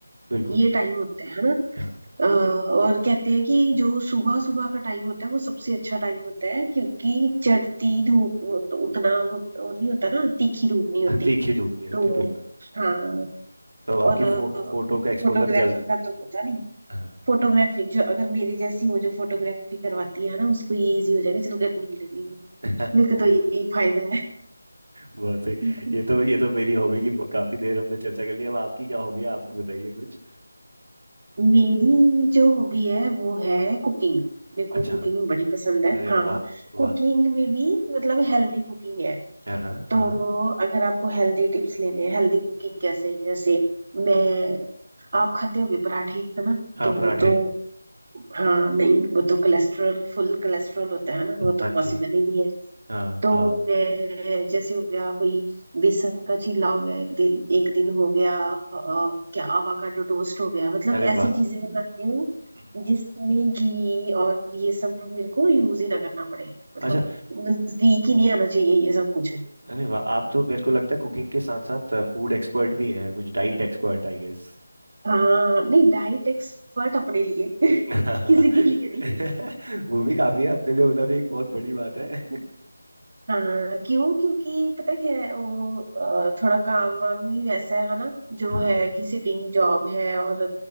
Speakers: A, on the right; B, on the right.
A: बिल्कुल
B: ये टाइम होता है ना।
A: हाँ
B: अ, और
A: ये-
B: कहते हैं कि जो सुबह सुबह का टाइम होता है वो सबसे अच्छा टाइम होता है क्योंकि चढ़ती धूप वो तो उतना वो, वो नहीं होता ना तीखी धूप नहीं होती
A: तीखी धूप नहीं होती
B: तो
A: बिल्कुल
B: हाँ
A: तो आपकी
B: और
A: फो,
B: फोटोग्राफर
A: फोटो का एक्सपोजर जल्द
B: का तो पता नहीं
A: हाँ
B: फोटोग्राफी जो अगर मेरी जैसी हो जो फोटोग्राफी करवाती है ना उसको ये इजी हो जाएगा चलो गर्मी नहीं लगेगी
A: <laughs>
B: मेरे को तो यही फायदा है
A: बहुत सही
B: <laughs>
A: ये तो ये तो मेरी हॉबी की काफी देर हमने चर्चा कर ली अब आपकी क्या हॉबी है आप भी बताइए कुछ
B: मेरी जो हॉबी है वो है कुकिंग मेरे
A: अच्छा
B: को कुकिंग बड़ी पसंद
A: अरे
B: है हाँ
A: वाह
B: कुकिंग
A: वाह
B: में भी मतलब हेल्दी कुकिंग है
A: हाँ हाँ
B: तो
A: हाँ
B: अगर आपको हेल्दी टिप्स लेने हैं हेल्दी कुकिंग कैसे जैसे मैं आप खाते होगे पराठे है ना
A: हाँ
B: तो वो
A: पराठे
B: तो हाँ नहीं वो तो कोलेस्ट्रॉल फुल कोलेस्ट्रॉल होता है ना वो तो
A: हाँ
B: पॉसिबल
A: जी
B: ही नहीं है
A: हाँ
B: तो
A: हाँ
B: मैं जैसे हो गया कोई बेसन का चीला हो गया एक दिन एक दिन हो गया अ, क्या आवाकाडो टोस्ट हो गया मतलब
A: अरे
B: ऐसी
A: वाह
B: चीजें बनाती हूँ
A: हम्म।
B: जिसमें घी और ये सब मेरे को यूज ही ना करना पड़े मतलब
A: अच्छा
B: नजदीक ही नहीं आना चाहिए ये सब कुछ
A: अरे वाह आप तो मेरे को लगता है कुकिंग के साथ साथ फूड एक्सपर्ट भी हैं कुछ डाइट एक्सपर्ट आई गेस
B: हाँ नहीं डाइट एक्सपर्ट अपने लिए <laughs>
A: <laughs> वो
B: किसी के लिए नहीं
A: भी काफी है अपने लिए होना भी एक बहुत बड़ी बात है
B: हाँ क्यों क्योंकि पता क्या है वो अ, थोड़ा काम वाम भी वैसा है ना जो
A: हाँ
B: है कि सिटिंग जॉब है और